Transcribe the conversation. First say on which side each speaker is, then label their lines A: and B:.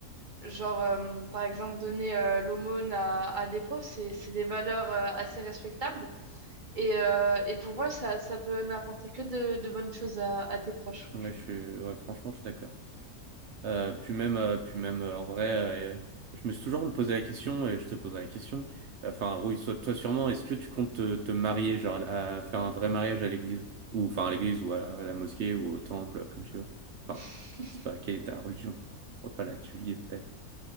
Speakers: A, on the right; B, on the right.
A: genre, euh, par exemple, donner euh, l'aumône à, à des pauvres, c'est, c'est des valeurs euh, assez respectables. Et, euh, et pour moi, ça, ça peut n'apporter que de, de bonnes choses à, à tes proches, franchement.
B: ouais, je suis, ouais, franchement, je suis d'accord. Euh, puis même, euh, puis même, euh, en vrai, euh, je me suis toujours posé la question, et je te poserai la question, enfin, oui, soit toi sûrement, est-ce que tu comptes te, te marier, genre, à, à faire un vrai mariage à l'église, ou, enfin, à l'église, ou à, la à la mosquée, ou au temple, comme tu veux. Enfin,
A: <laughs>
B: c'est pas quelle est ta religion, on va pas la divulguer, peut-être.